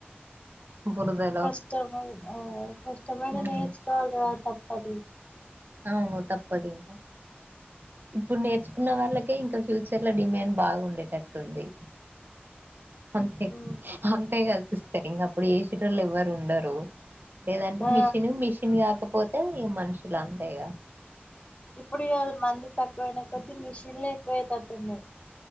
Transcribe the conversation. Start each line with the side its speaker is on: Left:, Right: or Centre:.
Right: బురదలో
Left: కష్టమ్ ఐ అ కష్టమైన
Right: ఉమ్
Left: నేర్చుకోవాలి రా. తప్పది.
Right: అవును తప్పదింకా. ఇప్పుడు నేర్. నేర్చుకున్న వాళ్ళకే ఇంకా ఫ్యూచర్ లో డిమ్యాండ్ బాగా ఉండేటట్టుంది. అంతె
Left: ఉమ్
Right: అంతె గాద. పిస్తారు ఇంక అప్పుడు చేసేటోళ్లు ఎవ్వరు ఉండరు. లేదంటె
Left: ఆ
Right: మిషన్ మిషిన్ కాకపోతే. ఈ మనుషులు అంతేగ.
Left: ఇప్పుడు ఇయాళ మంది తక్కువయిన కొద్ది మిషిన్లే ఎక్కువయ తట్టున్నాయ్.